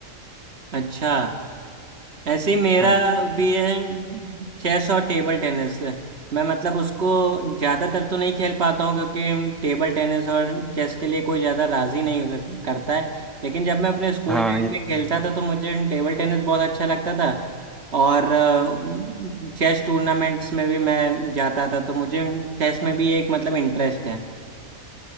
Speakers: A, on the right; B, in the centre.
A: अच्छा ऐसे ही मेरा
B: हाँ
A: भी है चेस और टेबल टेनिस मैं मतलब उसको ज़्यादातर तो नहीं खेल पाता हूँ क्योंकि टेबल टेनिस और चेस के लिए कोई ज़्यादा राज़ी नहीं कर- करता है लेकिन जब मैं अपने स्कूल
B: हाँ
A: टाइम
B: ये
A: में खेलता था तो मुझे टेबल टेनिस बहुत अच्छा लगता था और अ, चेस टूर्नामेंट्स में भी मैं जाता था तो मुझे चेस में भी एक मतलब इंटरेस्ट है